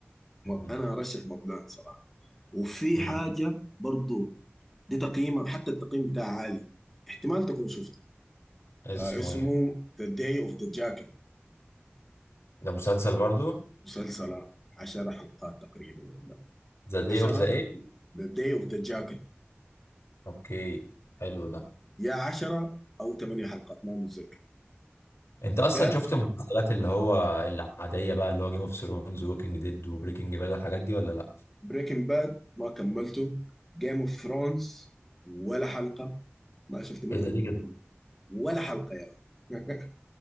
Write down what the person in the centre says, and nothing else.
م-
انا ارشح موبلاند صراحه وفي
حاجه برضو دي تقييمه حتى التقييم بتاعها عالي احتمال تكون شفته
آه اسمه
ذا داي اوف ذا جاكل
مسلسل 10 حلقات تقريبا ولا
10
ذا داي اوف ذا جاكل
يا 10 او 8 حلقات ما متذكر
ده
بريكنج باد ما كملته جيم اوف ثرونز ولا حلقه ما شفت منه
ولا حلقه يا يعني. <laughs>